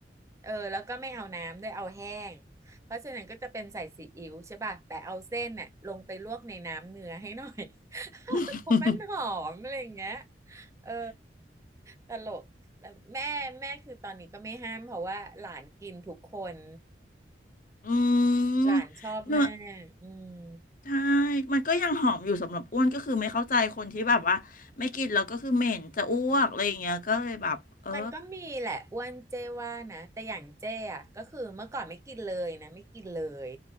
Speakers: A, on the right; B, on the left.
A: เออแล้วก็ไม่เอาน้ำด้วยเอาแห้งเพราะฉะนั้นก็จะเป็นใส่ซีอิ๊วใช่ป่ะแต่เอาเส้นน่ะลงไปลวกในน้ำเนื้อให้หน่อย <laughs>
B: <laughs>
A: เพราะมันหอมอะไรอย่างเงี้ยเออ ตลกแล้วแม่แม่คือตอนนี้ก็ไม่ห้ามเพราะว่าหลานกินทุกคน
B: อื
A: หลานชอบมากอืม
B: มเนื้อใช่มันก็ยังหอมอยู่สำหรับอ้วนก็คือไม่เข้าใจคนที่แบบว่าไม่กินแล้วก็คือเหม็นจะอ้วกอะไรอย่างเงี้ยก็เลยแบบเออ
A: มันก็มีแหละอ้วนเจ้ว่านะแต่อย่างเจ้อะก็คือเมื่อก่อนไม่กินเลยนะไม่กินเลย